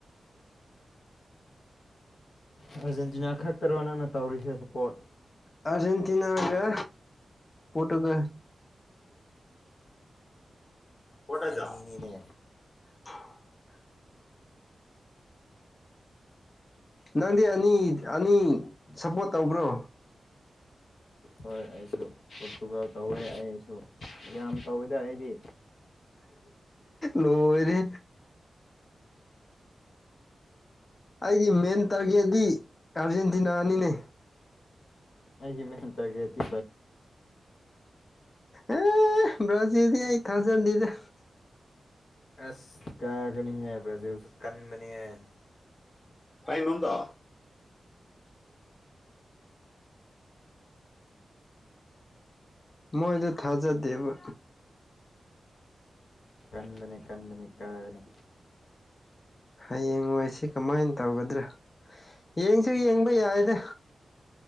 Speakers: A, on the left; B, on the left.
A: ꯑꯥꯔꯖꯦꯟꯇꯤꯅꯥ ꯈꯛꯇꯔꯣ ꯅꯪꯅ ꯇꯧꯔꯤꯁꯦ ꯁꯄꯣꯔꯠ
B: ꯑꯔꯖꯦꯟꯇꯤꯅꯥꯒ ꯄꯣꯇꯨꯒꯜ ꯍꯇ
A: ꯑꯅꯤꯅꯤꯅꯦ
B: ꯆꯥ <unintelligible> ꯅꯪꯗꯤ ꯑꯅꯤ-ꯑꯅꯤ ꯁꯞꯄꯣꯔꯠ ꯇꯧꯕ꯭ꯔꯣ
A: ꯍꯣꯏ ꯑꯩꯁꯨ ꯄꯣꯇꯨꯒꯜ ꯇꯧꯋꯦ ꯑꯩꯁꯨ ꯌꯥꯝ ꯇꯧꯋꯦꯗ ꯑꯩꯗꯤ
B: ꯂꯣꯏꯔꯤ ꯑꯩꯒꯤ ꯃꯦꯟ ꯇꯥꯔꯒꯦꯠꯗꯤ ꯑꯥꯔꯖꯦꯟꯇꯤꯅꯥꯅꯤꯅꯦ
A: ꯑꯩ ꯃꯦꯟ ꯇ ꯀꯦꯇ
B: ꯑꯦ ꯕ꯭ꯔꯖꯤ ꯑꯩ ꯊꯥꯖꯦꯟꯗꯤꯗ
A: ꯑꯁ ꯀꯥꯒꯅꯤꯍꯦ ꯕ꯭ꯔꯥꯖꯤꯜꯁꯨ ꯀꯟꯕꯅꯦꯍ
B: ꯐꯥꯏ ꯅꯣꯗ ꯃꯣꯏꯗꯤ ꯊꯥꯖꯗꯦꯕ
A: ꯀꯟꯕꯅꯤ ꯀꯟꯕꯅꯤ ꯀꯥꯒꯅꯤ
B: ꯍꯌꯦꯡꯋꯥꯣꯏꯁꯤ ꯀꯃꯥꯏꯅ ꯇꯧꯒꯗ꯭ꯔꯥ ꯌꯦꯡꯁꯨ ꯌꯦꯡꯕ ꯌꯥꯏꯗ